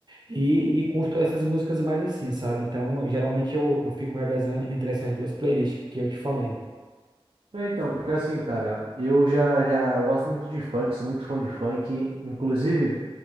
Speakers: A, on the right; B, on the right.
A: E, e curto essas músicas mais assim, sabe? Então, geralmente eu, eu fico revezando entre essas duas playlists que eu te falei.
B: É, então, porque assim, cara, eu já, já, eu gosto muito de funk, sou muito fã de funk, inclusive.